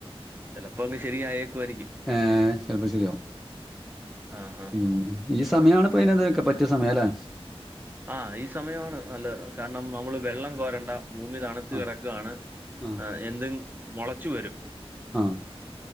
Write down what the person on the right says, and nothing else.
ചിലപ്പോ അങ്ങ് ശരിയ ആയേക്കുയിരിക്കും.
ആഹ് ആഹ്
ആഹ്
ആഹ ഈ സമയമാണ് നല്ലത് കാരണം നമ്മള് വെള്ളം കോരണ്ട. ഭൂമി തണുത്ത
കിടക്കയണ്
എന്തും മുളച്ചു വരും.